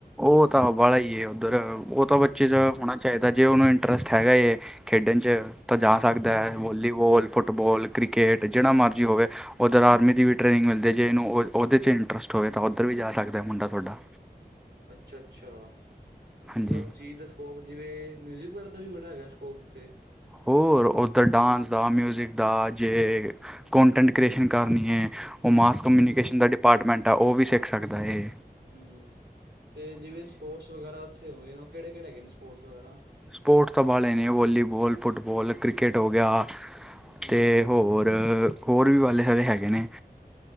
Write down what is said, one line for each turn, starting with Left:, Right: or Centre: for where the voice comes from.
Centre: ਉਹ ਤਾਂ ਵਾਲਾ ਹੀ ਉੱਧਰ ਉਹ ਤਾਂ
Right: ਹੂੰ
Centre: ਬੱਚੇ ਚ ਹੋਣਾ ਚਾਹੀਦਾ, ਜੇ ਉਹਨੂੰ ਇੰਟਰਸਟ ਹੈਗਾ ਹੈ ਖੇਡਣ 'ਚ। ਤਾਂ ਜਾ ਸਕਦਾ
Right: ਹੂੰ
Centre: ਏ।
Right: ਹੂੰ
Centre: ਵੋਲੀਬੋਲ, ਫੁੱਟਬੋਲ, ਕ੍ਰਿਕਟ ਜਿਹੜਾ ਮਰਜ਼ੀ ਹੋਵੇ। ਉੱਧਰ ਆਰਮੀ ਦੀ ਵੀ ਟ੍ਰੇਨਿੰਗ ਮਿਲਦੀ। ਜੇ ਇਹਨੂੰ ਉਹ ਉਹਦੇ 'ਚ' ਇੰਟਰਸਟ ਹੋਵੇ ਤਾਂ ਉੱਧਰ ਵੀ ਜਾ ਸਕਦਾ ਮੁੰਡਾ ਥੋਡਾ।
Right: ਅੱਛਾ- ਅੱਛਾ। ਮਤਲਬ
Centre: ਹਾਂਜੀ
Right: ਚੀਜ਼ ਦੱਸ ਸਕੋਪ ਜਿਵੇਂ ਮਿਊਜ਼ਿਕ ਬਾਰੇ ਤਾਂ ਵੀ ਬੜਾ ਹੈਗਾ ਸਕੋਪ ਉਥੇ।
Centre: ਹੋਰ ਉੱਧਰ ਡਾਂਸ ਦਾ, ਮਿਊਜਿਕ ਦਾ ਜੇ। ਕੋਂਟੈਂਟ ਕ੍ਰੀਏਸ਼ਨ ਕਰਨੀ ਏ। ਉਹ ਮਾਸ
Right: ਅੱਛਾ
Centre: ਕਮਿਊਨੀਕੇਸ਼ਨ
Right: ਅੱਛਾ
Centre: ਦਾ ਡਿਪਾਰਟਮੈਂਟ ਆ। ਉਹ ਵੀ ਸਿੱਖ ਸਕਦਾ ਏ।
Right: ਹੂੰ ਹੂੰ ਤੇ ਜਿਵੇਂ ਸਪੋਰਟਸ ਵਗੈਰਾ ਉੱਥੇ ਹੁੰਦੇ ਨੇ। ਉਹ ਕਿਹੜੇ-ਕਿਹੜੇ ਹੈਗੇ ਨੇ ਸਪੋਰਟਸ ਵਗੈਰਾ?
Centre: ਸਪੋਰਟਸ ਤਾਂ ਵਾਲੇ ਨੇ ਵਾਲੀਬਾਲ, ਫੁੱਟਬਾਲ, ਕ੍ਰਿਕਟ ਹੋ ਗਿਆ।
Right: ਹੂੰ
Centre: ਤੇ
Right: ਹੂੰ
Centre: ਹੋਰ- ਹੋਰ ਵੀ ਵਾਲੇ ਸਾਰੇ ਹੈਗੇ ਨੇ।